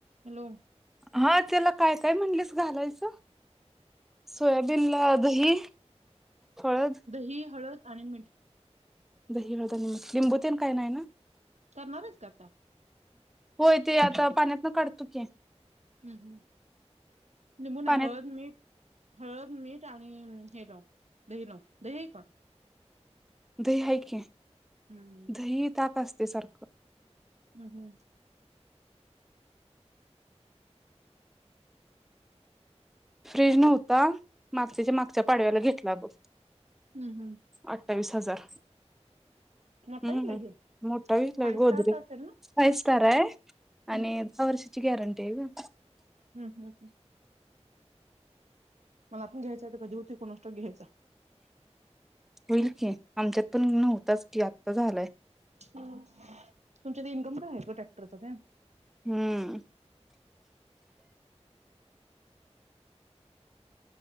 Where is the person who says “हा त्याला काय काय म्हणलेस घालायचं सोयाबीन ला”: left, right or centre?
Centre